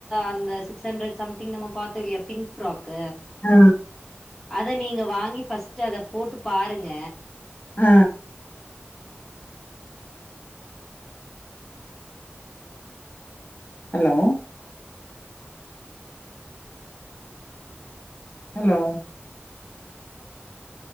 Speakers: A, in the centre; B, on the left.
A: அந்த சிக்ஸ் ஹண்ரட் சம்திங் நம்ம பாத்தோ இல்லியா பிங்க் ஃபராக்
B: அ
A: அத நீங்க வாங்கி ஃபஸ்ட் அத போட்டு பாருங்க
B: ஆ ஹலோ ஹலோ